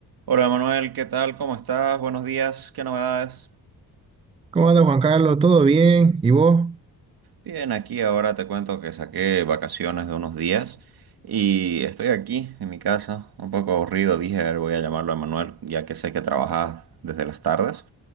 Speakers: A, on the right; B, on the right.
A: Hola Manuel, ¿qué tal? ¿Cómo estás? Buenos días, ¿qué novedades?
B: ¿Cómo anda Juan Carlos? ¿Todo bien? ¿Y vos?
A: Bien, aquí ahora te cuento que saqué vacaciones de unos días y estoy aquí en mi casa, un poco aburrido. Dije, a ver, voy a llamarlo a Manuel, ya que sé que trabajas desde las tardes.